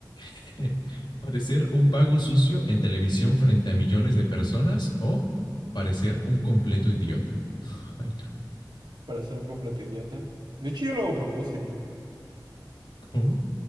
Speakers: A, on the left (about 80°); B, on the right (about 75°).
A: <laughs> Parecer un vago sucio en televisión frente a millones de personas o parecer un completo idiota. Ay,
B: <laughs> para ser un completo idiota. De hecho, yo lo hago a propósito.
A: no.